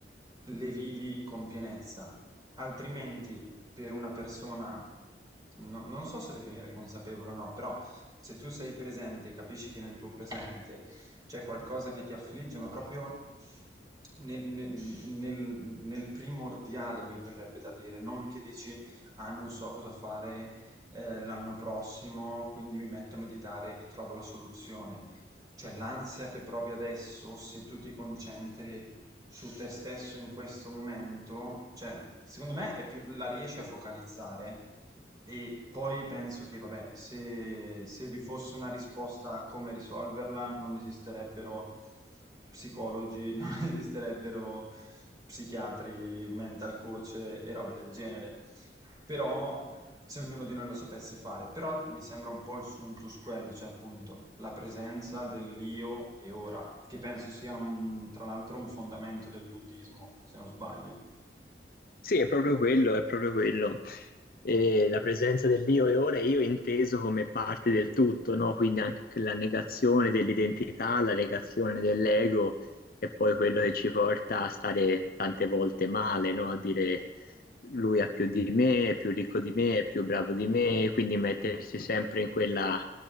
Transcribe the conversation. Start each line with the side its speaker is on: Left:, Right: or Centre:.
Right: le vivi con pienezza Altrimenti, per una persona, no- non so se definire consapevole o no, però se tu sei presente, capisci che nel tuo presente c'è qualcosa che ti affligge, ma proprio nel, nel- nel- nel primordiale, mi verrebbe da dire, non che dici, ah, non so cosa fare eh, l'anno prossimo, quindi mi metto a meditare e trovo la soluzione. Cioè l'ansia che provi adesso, se tu ti concentri su te stesso in questo momento, cioè, secondo me è più, la riesci a focalizzare e poi penso che, vabbè, se, se vi fosse una risposta a come risolverla, non esisterebbero psicologi, <laughs> esisterebbero psichiatri, mental coach e, e robe del genere. Però se ognuno di noi lo sapesse fare, però mi sembra un po' il suntus quello, cioè appunto la presenza dell'io e ora, che penso sia un- tra l'altro un fondamento del buddismo, se non sbaglio.
Left: Sì, è proprio quello, è proprio quello. E la presenza dell'io e ora è io inteso come parte del tutto, no? Quindi anche la negazione dell'identità, la negazione dell'ego, è poi quello che ci porta a stare tante volte male, no? A dire lui ha più di me, è più ricco di me, è più bravo di me, quindi mettersi sempre in quella-